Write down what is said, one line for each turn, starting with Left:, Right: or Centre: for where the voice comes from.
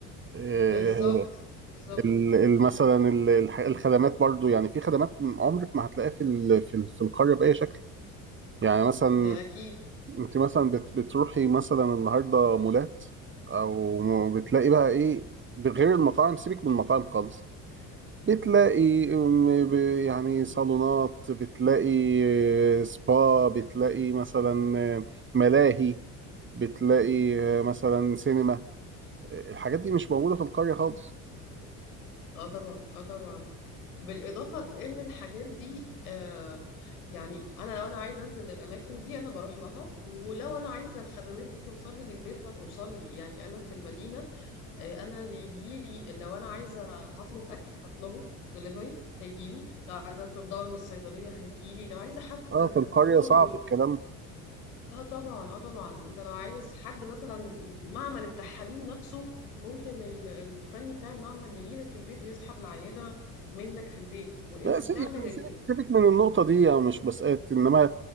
Right: آه،
Left: بالظبط بالظبط
Right: ال- ال- مثلا ال- الح- الخدمات برضو يعني في خدمات عمرك ما هتلاقيها في ال- في ال- في القرية بأي شكل يعني مثلا
Left: ده اكيد
Right: انت مثلا بت بتروحي مثلا النهارده مولات او م- بتلاقي بقى ايه بغير المطاعم سيبك من المطاعم خالص بتلاقي م- ب- يعني صالونات بتلاقي سبا بتلاقي مثلا ملاهي بتلاقي مثلا سينما الحاجات دي مش موجودة في القرية خالص
Left: اه طبعا اه طبعا بالاضافه لان الحاجات دي آه يعني انا لو انا عايزه انزل للاماكن دي انا بروح لها ولو انا عايزه الخدمات دي توصل لي للبيت هتوصل لي يعني انا في المدينه آه انا بيجي لي لو انا عايزه هطلب اكل هطلبه دليفري هيجي لي لو عايزه اطلب دواء من الصيدليه هيجي لي لو عايزه حتى
Right: اه
Left: الدكتور
Right: في القرية صعب الكلام ده
Left: اه طبعا اه طبعا انت لو عايز حد مثلا معمل التحاليل نفسه ممكن ال- الفني بتاع المعمل يجي لك البيت ويسحب العينة منك في البيت وانت
Right: لا
Left: بتعمل
Right: سي- يعني
Left: ال...
Right: سيبك سيبك من النقطة دي يعني مش بسألك إنما